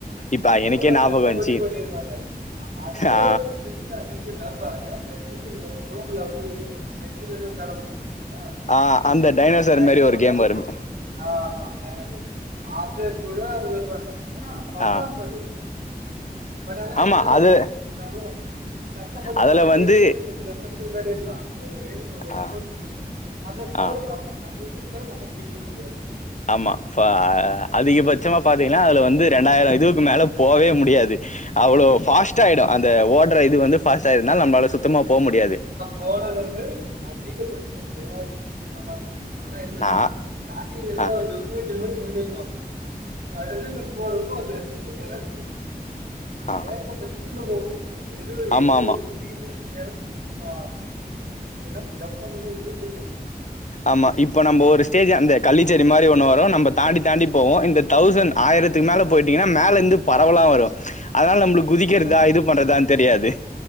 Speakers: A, on the left; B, on the right.
A: இப்ப
B: எவ்ளோ
A: எனக்கே ஞாபகோ
B: கஷ்டப்பட்டு
A: வந்துச்சு
B: கொட்டிருப்பாங்க ஆ அதுவே
A: ஆ
B: அ இது ஃப்ரீயா அதிசயத்த பாருங்க இந்த கூகுள் குரோம்ல வந்து நெட் இல்லனா விளாட முடியு பாத்தீங்களா
A: ஆ
B: ஒரு இது
A: அந்த டைனோசர்
B: ட்ராகன்
A: மாரி
B: துரத்திட்டே
A: ஒரு கேம் வருமே
B: போகுமே ஆ ஆமா டைனோசர் அது கூட விழுறாங்க ஆனா ஃபன்னா
A: ஆ
B: இருக்கு அது பட் ஆனா
A: ஆமா
B: என்ன
A: அது
B: நம்மளுதா கஷ்டப்பட்டு
A: அதுல
B: ஃபஸ்ட்
A: வந்து
B: எடுக்குதுனு கொஞ்ச கஷ் சாட்புட்டு விளையாடிர்ளா ஒரு ரே ஒரு
A: ஆ
B: ஸ்கோர் பண்ணிர்லா அத ஸ்கோர்
A: ஆ
B: நம்ம நம்ம வச்சு ஸ்கோர நம்ம பீட் பண்ண முடியாது
A: ஆமா ஃப அதிகபட்சமா பாத்தீங்கனா அதுல வந்து ரெண்டாயிர இதுவுக்கு மேல போவே முடியாது அவ்ளோ ஃபாஸ்ட்
B: ஆ
A: ஆயிடு அந்த ஓட்ற இது வந்து ஃபாஸ்ட்டா இருந்தா நம்பால சுத்தமா போ முடியாது
B: போறது வந்து அதிகபச்சோ மூவாயிறத்தி சில்ற தா ஆனா என்னனா
A: நா
B: ஸ்டாடிங்கள ஏதோ
A: ஆ
B: <unintelligible> போயிட்டே இருப்பா கடசில போடுறப்போ அது சூப்ப என்னாது அது
A: ஆ
B: ஏக பட்ட ஸ்பீட்ல போ போறது இதுல
A: ஆமா
B: எங்கருந்து
A: ஆமா
B: குதிக்கு போது நீ வேற ஆ ஏனா ஜம்ப் பண்ணணு எதுவு தெரியாது
A: ஆமா இப்ப நம்ம ஒரு ஸ்டேஜ் அந்த கள்ளிச்செடி மாரி ஒண்ணு வரு நம்ப தாண்டி தாண்டி போவோ இந்த தௌசண்ட் ஆயிரத்துக்கு மேல போயிட்டீங்கனா மேலந்து பறவெல்லா வரு அதனால நம்புளுக் குதிக்கிறதா
B: நம்ம
A: இது பண்றதான் தெரியாது